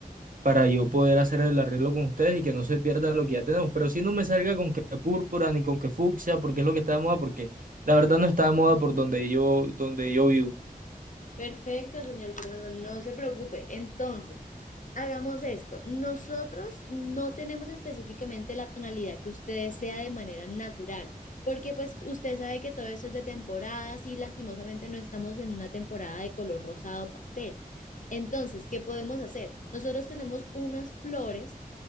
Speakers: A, on the right (about 60°); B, on the left (about 55°).
A: para yo poder hacer el arreglo con ustedes y que no se pierda lo que ya tenemos. Pero si no me salga con que púrpura ni con que fucsia, porque es lo que está de moda, porque la verdad no está de moda por donde yo, donde yo vivo.
B: Perfecto, señor Fernando, no se preocupe. Entonces, hagamos esto. Nosotros no tenemos específicamente la tonalidad que usted desea de manera natural, porque pues usted sabe que todo eso es de temporadas y lastimosamente no estamos en una temporada de color rosado pastel. Entonces, ¿qué podemos hacer? Nosotros tenemos unas flores